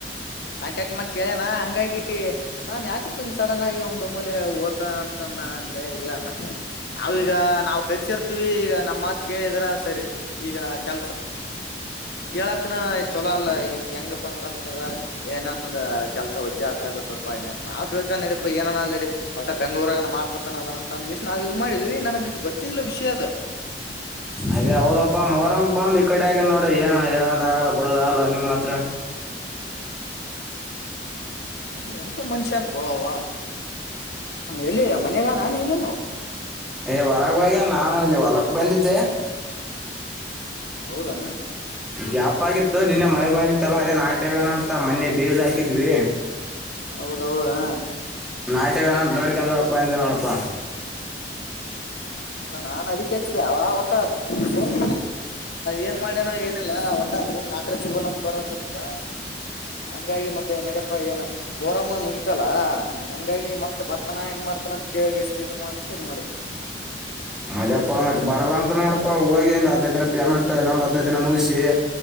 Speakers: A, on the left; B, in the centre.
A: ಕಾಂಟ್ಯಾಕ್ಟ್ ಮಾಡಿ ಕೇಳ್ಯಣ ಹಂಗಾಗಿ. ನಾನ್ ಯಾಕಪ್ಪ ಹಿಂಗ ಸಡನ್ ಆಗಿ ಒಮ್ದ ಒಮ್ಮಲೆ ಓತ ಅಂತ ನ ಅಂದೇ ಇಲ್ಲ ಮತ್ತೆ. ನಾವೀಗ ನಾವವು ಕರ್ಸಿರ್ತೀವಿ ಈಗ ನಮ್ಮ್ ಮಾತ್ ಕೇಳಿದ್ರ ಸರಿ ಈಗ ಕೆಲ್ಸ ಹೇಳಕ್ನ ಚೊಲೋ ಅಲ್ಲ ಈಗ ಹೆಂಗಪ್ಪ ಅಂತಂದ್ರ ಏನಂದ ಕೆಲ್ಸ ಹೊಜ್ಜಾಗ್ ತದಪ್ಪಾ ನಾವು ತಿಳ್ಕ ನಡಪಾ ಏನ ಅ ನಡಿ ಒಟ್ಟ ಬ ಬೆಂಗಳೂರ ಮಾಡ್ತಾನ ಅಂತಂದಷ್ಟ ನಾವವು ಇದು ಮಾಡಿದ್ದ ಇ ನನಗೆ ಇದು ಗೊತ್ತಿಲ್ಲ ವಿಷಯ ಅ ಹಮ್
B: ಅದೇ ಹೌದಪ್ಪಾ ಮೋರಂಂಗ ಬಂದ್ ಈ ಕಡೆ ಆಗ ನೋಡಿ ಏನ ಹೇಳೋದ ಆಗಲ್ಲ ಬಿಡದ ಅಲ್ ನಿಂಗ್ ಮಾತ್ರ
A: ಹದ ಎಂತ ಮನುಷ್ಯನ್ ಪಾವ ಎಲ್ಲಿ ಮನ್ಯಾಗ ನಾನು ಇಲ್ಲನುೋ
B: ಏ್ ಹೊರಗವಾಗಿ ನಾನು ಇಲ್ಲಿ ಹೊಲಕ್ ಬಂದಿದ್ದೆ
A: ಹೌದಾನ
B: ಗ್ಯಾಪ್ ಆಗಿತ್ತು ನಿನ್ನೆ ಮಳೆ ಬಂತಲ್ಲಾ ಅದೇನ್ ಆಟ್ಯವೇನ ಅಂತ ಮೊನ್ನೆ ಬೇಜ್ ಹಾಕಿದ್ವಿ
A: ಹೌದೌದಾ
B: ನಾಯಟ ನ ನೋಡ್ಕೊಂಡ ಹೋಗ ಬಂದ ನೋಡಪ್ಪ
A: ಹೌಲ್ಲ ನಾನ್ ಅದಕ್ಕೆ ಹೆಚ್ಚಿದೆ ಅವ ಒಟ್ಟ ಫೋನ್ ಏನ್ ಮಾಡ್ಯನೋ ಏನಿಲ್ಲ ಮಟ ಒಂದ ನಾಲ್ಕ ರ ಚಿಬಲ್ ಅಂತ ಬರತದ ಹಂಗಾಗಿ ಮತ್ತೆ ನಡ್ಯಪ್ಪ ಏನು ಮೋರಮ್ಮನ ಮುಗಿತಲ್ಲಾ ಹಂಗಾಗಿ ಮತ್ ಬರ್ತನಾ ಹೆಂಗ್ ಮಾಡ್ತ ಹನಂತ ಕೇಳ ಇದು ಮಾಡಕ್ಕೆ ಇದು ಮಾಡಿ
B: ಮದಪ್ಪ ಮತ್ತೆ ಬರಲ್ಲ ಅಂತ ನೋಡಪ್ಪಾ ಹೋಗಿ ಒಂದ್ ಹದನೈದು ದನ ಪೇಮೆಂಟ್ನ್ನೊಂದ್ ಹದ್ನೈದು ದನ ಮುಗಿಸಿ